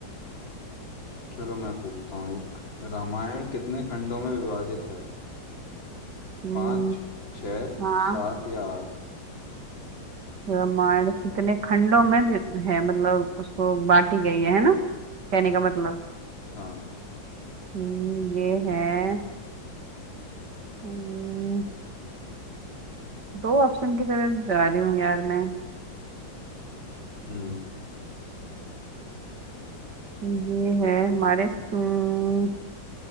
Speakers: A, on the left (about 75°); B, on the right (about 60°).
A: चलो मैं पूछता हूँ एक रामायण कितने खंडों में विभाजित है
B: हम्म,
A: पाँच छः
B: हाँ
A: सात या आठ
B: रामायण कितने खंडों में भी है मतलब उसको बांटी गई है है ना कहने का मतलब
A: हाँ
B: हम्म, ये है हम्म, दो ऑप्शन की तरफ जा रही हूँ यार मैं
A: हम्म
B: ये है हमारे हम्म,